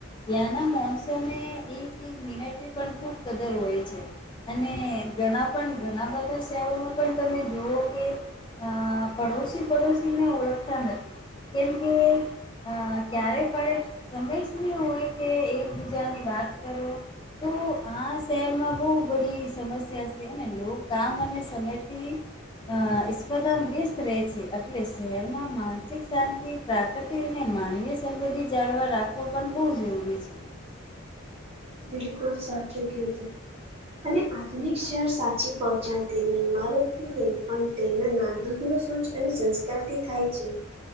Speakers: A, on the left; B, on the right.
A: ત્યાંના મોનસોન એક એક મિનટ પણ ખૂબ કદર હોય અને ઘણા પણ ઘણા બધા શહેરોમાં પણ તમે જોવો કે અ પડોશી પડોશીને ઓળખતા નથી કેમ કે અ ક્યારે પડે સમય શહી હોય કે એકબીજાની વાત કરો તું હા શહેરમાં બહુ બડી સમસ્યા છે અને લો કામ અને સમયથી અ સ્પર્ધા વ્યસ્ત રહે છે એટલે શહેરમાં માનસિક શાંતિ પ્રાકૃતિક અને માનવીય સંબધિ જાળવા રાખવો પણ બહુ જરૂરી છે
B: બિલકુલ સાચુ કીધું અને આધુનિક શહેર સાચી પહચાન તેની ઈમારત થી લઈ પણ તેના નાગરિક ન સોચ અને સંસ્કારથી થાય છે